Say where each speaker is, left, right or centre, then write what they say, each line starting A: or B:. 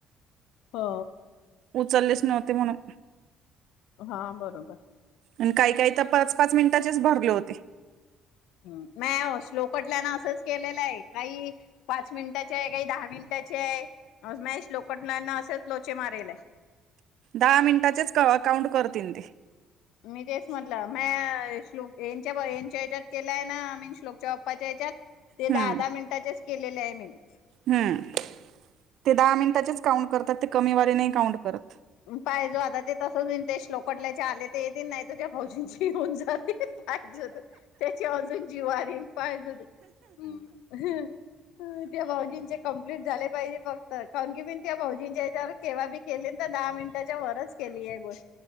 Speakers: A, on the left; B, on the right.
A: हो
B: उचललेच नव्हते म्हणून
A: हा बरोबर
B: आणि काही काही तर पाच पाच मिनिटाचेंच भरले होते.
A: हम्म नाही आओ श्लोकटल्यांन असंच केलेलं आहे काही पाच मिनिटाचे आहे काही दहा मिनिटाचे आहे मये श्लोकटल्यांना असंच लोचे मारिलेय.
B: दहा मिनिटाचेच का काउंट करतील ते
A: मी तेच म्हटलं मये श्लोक यांच्या यांच्या हच्यात केलाय ना आ मीन श्लोकच्या बाप्पाच्या ह्याच्यात ते
B: हम्म
A: दहा दहा मिनिटाचेच केलेले आहेत. मिनं
B: हम्म, ते दहा मिनटाचेच काउंट करतात. ते कमी वारी नाही काउंट करत
A: पाहिजो आता ते तसच देश लोकटल्याच्या आले त येतीन नाही तर त्या फौजींची येऊन जा पाहिजे होतं, त्याची अजून जीवारी पाहिजे होतं, त्या भाऊजींच्या कंप्लीट झाले पाहिजे फक्त, काउन की मी त्या भाऊजींच्या हेज्यावर केवा बी केले न त दहा मिनिटाच्या वरच केली आहे गोष